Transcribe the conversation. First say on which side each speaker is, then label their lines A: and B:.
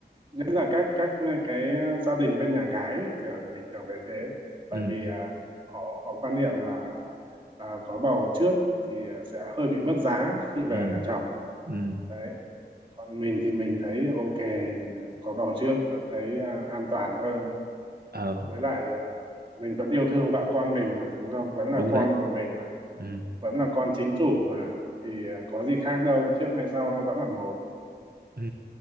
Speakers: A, on the right; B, on the right.
A: nhất là các các ờ, cái ờ, gia đình bên nhà gái ấy, thì mình thường thấy thế bởi
B: ừ
A: vì à, họ họ quan niệm là à, có bầu trước thì sẽ hơi bị mất giá khi về
B: ừ
A: nhà chồng
B: ừ
A: đấy còn mình thì mình thấy ok có bầu trước vẫn thấy à, an toàn hơn
B: ờ
A: với lại à, mình vẫn yêu thương vợ con mình mà đúng không vẫn
B: đúng
A: là con
B: đấy
A: của mình mà
B: ừ
A: vẫn là con chính chủ mà thì ờ, có gì khác đâu trước hay sau nó vẫn là một
B: ừ